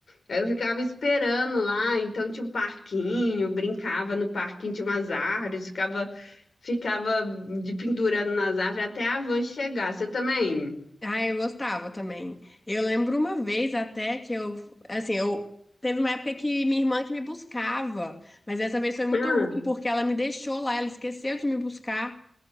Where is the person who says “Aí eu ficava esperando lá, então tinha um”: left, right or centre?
Left